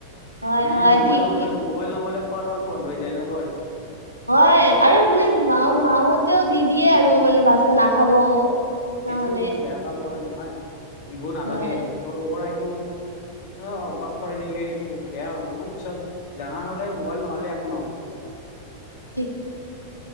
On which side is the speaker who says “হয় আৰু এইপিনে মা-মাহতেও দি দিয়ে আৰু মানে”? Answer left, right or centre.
Right